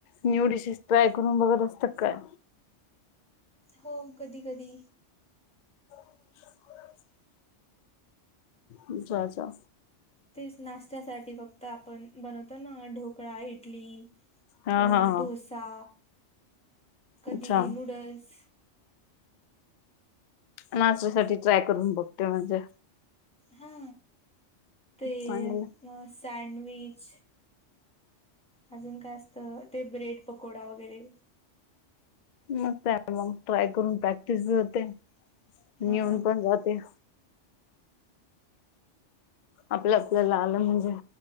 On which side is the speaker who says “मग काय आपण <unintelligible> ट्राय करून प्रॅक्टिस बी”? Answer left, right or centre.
Left